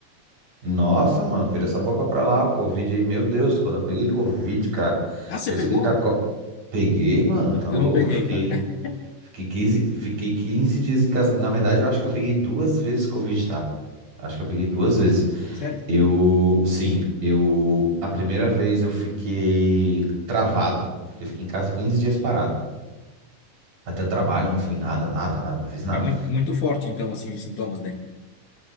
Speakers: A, on the right (about 75°); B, on the left (about 70°).
A: Nossa, mano, vira essa boca pra lá, o Covid aí, meu Deus, quando eu peguei Covid, cara,
B: Ah, você
A: eu
B: pegou?
A: fiquei com a... co- Peguei, mano,
B: Eu
A: tá louco?
B: eu não peguei,
A: Fiquei,
B: cara. <laughs>
A: fiquei quinze, fiquei quinze dias em casa. Na verdade, eu acho que eu peguei duas vezes Covid, tá? Acho que eu peguei duas vezes.
B: Sério?
A: Eu, sim, eu, a primeira vez eu fiquei travado, eu fiquei em casa 15 dias parado. Até o trabalho, não fui nada, nada, nada, não fiz nada.
B: É muito, muito forte, então, assim, os sintomas daí.